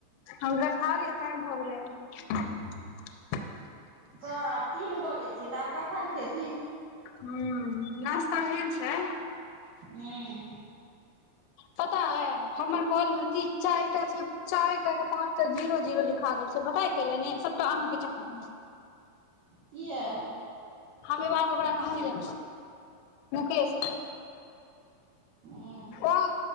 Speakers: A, on the left (about 85°); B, on the right (about 80°).
A: हम कहलिये खा लियै टाइम भऽ गेलै <inaudible>
B: तऽब तीन बजै छै तऽ आब कखन खेथिन
A: हू नश्ता भेल छै
B: हू
A: पता ह हमर काल मे चारिटा चारिटा के पाँच टा जीरो जीरो लिखा गेल से पता अप कयले ने सबटा अहाँ के चक्कर मे
B: कियै
A: हम ई बात ओकरा कहलिय मुकेश
B: हूँ
A: ओल